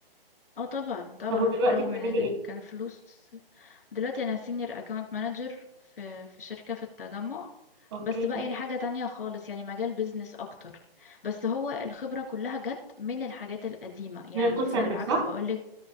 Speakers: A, on the left; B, on the right.
A: اه طبعا طبعا
B: طب ودلوقتي
A: رغم
B: بتعملي
A: ان
B: ايه
A: كان فلوس دلوقتي انا سينيور اكاونت مانجر في في شركه في التجمع
B: اوكي
A: بس بقى يعني حاجه تانية خالص يعني مجال بيزنس اكتر بس هو الخبره كلها جت من الحاجات القديمه يعني
B: من الكول
A: فبالعكس
B: سنتر صح؟
A: بقولك